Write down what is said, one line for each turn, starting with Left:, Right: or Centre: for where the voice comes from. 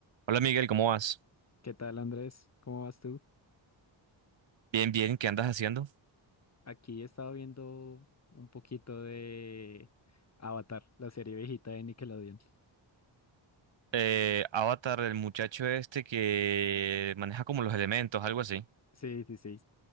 Right: Hola Miguel, ¿cómo vas?
Left: ¿Qué tal, Andrés? ¿Cómo vas tú?
Right: Bien, bien, ¿qué andas haciendo?
Left: Aquí he estado viendo un poquito de Avatar, la serie viejita de Nickelodeon.
Right: Eh, Avatar, el muchacho este que maneja como los elementos, algo así.
Left: Sí, sí, sí.